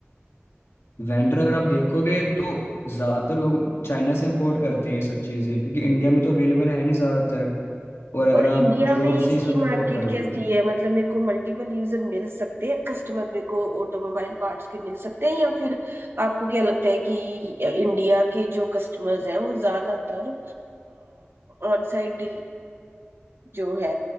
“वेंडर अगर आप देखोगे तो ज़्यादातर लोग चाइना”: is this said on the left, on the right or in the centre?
Left